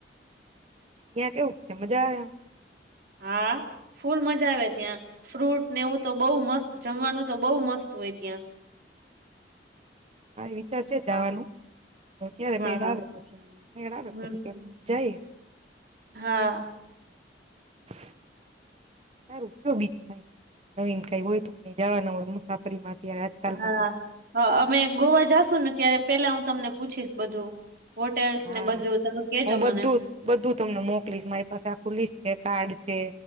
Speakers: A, on the right; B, on the right.
A: ત્યાં કેવુંક છે મજા આવે એમ? <inaudible>
B: હા ફૂલ મજા આવે ત્યાં. ફ્રૂટ ને એવું તો બોવ મસ્ત જમવાનું તો બઉ મસ્ત હોય ત્યાં.
A: મારે વિચાર છે, જાવાનું.
B: હા
A: ત ક્યારે મેળ
B: હા
A: આવે પછી મેળ આવે
B: હમ
A: પછી જાયે?
B: હા.
A: <inaudible> સારું તો બિ કઈ નવીન કઈ હોય તો કઈ જવાના હોય મુસાફરીમાં. અત્યારે આજકાલમાં
B: હા,
A: તો
B: હ અમે ગોવા જાશું ને ત્યારે પેલા હું તમને પૂછીશ બધું. હોટેલ્સ
A: હા
B: ને બધું તમે કેજો
A: હું બધું
B: મને
A: બધું તમને મોકલીશ મારી પાસે આખુ લીસ્ટ છે કાર્ડ છે